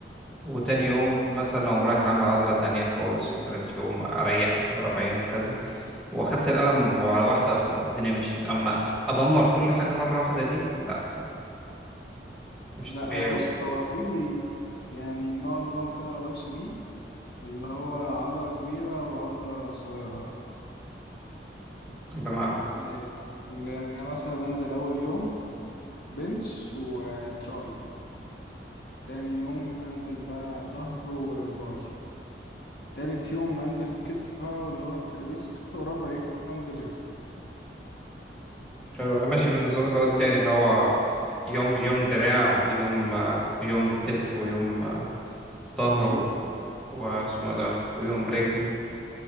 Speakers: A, in the centre; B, on the left.
A: وتاني يوم مثلا اقوم رايح اعمل عضله تانية خالص وتالت يوم اريح مثلا ربع يوم كذا واخدت الالم على واحده واحده والدنيا مشيت اما ادمر كل حاجه مره واحده دي لا مش
B: لا
A: طبيعي
B: يا بص هو في يعني نوع نظام كده انا بمشي بيه اللي هو عضلة كبيرة وعضلة صغيرة
A: بمعنى
B: إيه، اللي يعني مثلا انزل اول يوم بنش وتراي تاني يوم انزل بقى ظهر وباي تالت يوم انزل كتف بقى واللي هو الترابيس وكده ورابع يوم انزل رجل
A: حلو انا ماشي بالنظام
B: بحيث
A: اللي هو التاني
B: ان أنا-
A: اللي هو يوم يوم دراع ويوم آه، ويوم كتف ويوم آه، ظهر
B: مم.
A: واسمه ده ويوم رجل